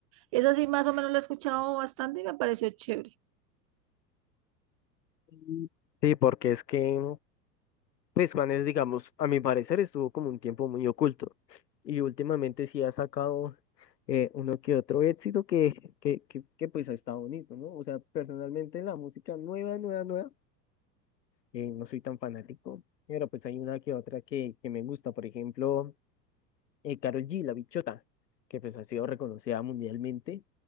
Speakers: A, on the right (about 25°); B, on the left (about 75°).
A: y Esa sí, más o menos la he escuchado bastante y me pareció chévere.
B: Mm. Sí, porque es que Pues Juanes, digamos, a mi parecer estuvo como un tiempo muy oculto y últimamente sí ha sacado eh, uno que otro éxito que, que, que, que, pues ha estado bonito, ¿no? O sea, personalmente la música nueva, nueva, nueva, eh, no soy tan fanático, pero pues hay una que otra que, que me gusta, por ejemplo, eh, Karol G, La Bichota, que pues ha sido reconocida mundialmente,